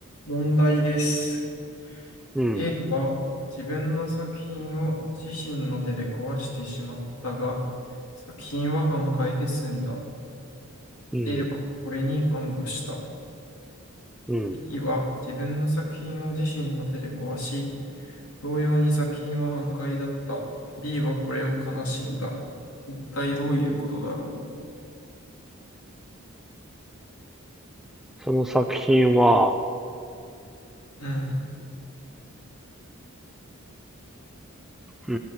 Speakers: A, on the left; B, in the centre.
A: 問題です。
B: うん、
A: A は自分の作品を自身の手で壊してしまったが、作品は半壊で済んだ。
B: うん、
A: A はこれに安堵した。
B: うん。
A: B は自分の作品を自身の手で壊し、同様に作品は半壊だった。B はこれを悲しんだ。一体どういうことだろ
B: その作品は、
A: ううん。
B: うー